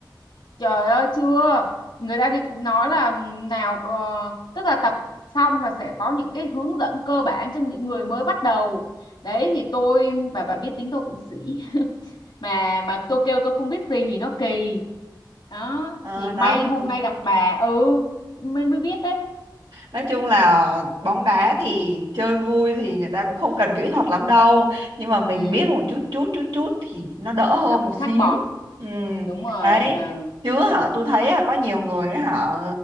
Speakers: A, on the left; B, on the right.
A: Trời ơi chưa Người ta định nói là nào ờ, Tức là tập xong là sẽ có những cái hướng dẫn cơ bản cho những người mới bắt đầu Đấy thì tôi Bà bà biết tính tôi cũng sĩ <laughs> Mà mà tôi kêu tôi không biết gì thì nó kỳ Đó
B: À,
A: Thì
B: đó,
A: may hôm
B: đúng.
A: nay gặp bà Ừ Mới mới biết đấy
B: Nói chung là bóng đá thì chơi vui thì người ta cũng không cần kỹ thuật lắm đâu. Nhưng mà mình
A: Ừ
B: biết một chút chút chút chút thì nó đỡ hơn
A: Thì nó
B: một
A: cũng
B: xíu.
A: khác bọt
B: Ừ,
A: Đúng rồi
B: đấy.
A: ừ.
B: Chứ họ tôi thấy là có nhiều người ấy, họ